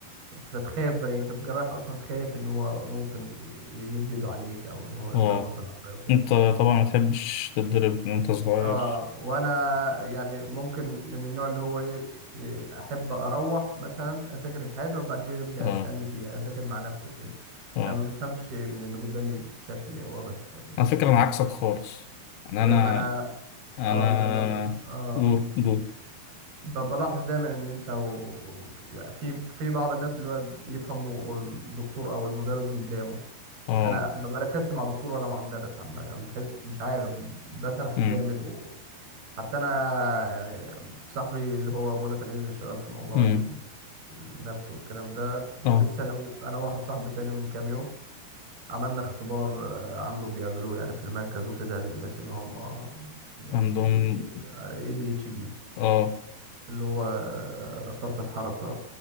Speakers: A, on the right; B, on the left.
A: فتخاف بقى انت بتبقى رايح اصلا خايف ان هو ممكن ي- يمد ايده عليك او ان هو يضربك
B: اه
A: بالعصاية وكده
B: أنت طبعا ما تحبش تتضرب من أنت صغير
A: اه وانا يعني ممكن من النوع اللي هو ايه إيه، احب اروح مثلا اذاكر الحاجة وبعد كده يبقى
B: اه
A: اسألني فيها اذاكر مع نفسه وكده
B: اه
A: انا ما بفهمش من اللي قدامي بشكل واضح م...
B: على فكرة
A: م...
B: أنا عكسك خالص يعني
A: إيه،
B: أنا
A: انا
B: انا
A: اه ما انا بل... اه
B: جو جو
A: ب- بلاحظ دايما ان انت و... في في بعض الناس اللي هو يفهموا والدكتور او المدرس قدامه
B: اه
A: انا ما بركزش مع دكتور ولا مع مدرس عم يعني بحيث مش عارف بسرح
B: امم
A: جامد وحتى انا يعني صاحبي اللي هو بقول لك عليه اللي شغال في موضوع
B: امم
A: ال- النفس والكلام ده ك- لسه
B: اه
A: انا و- انا واحد صاحبي تاني من كام يوم عملنا اختبار آه، عنده بيعملوه يعني في المركز وكده للناس اللي هم آه، يعني
B: عندهم
A: بي... اي دي اتش دي
B: اه
A: اللي هو فرط الحركة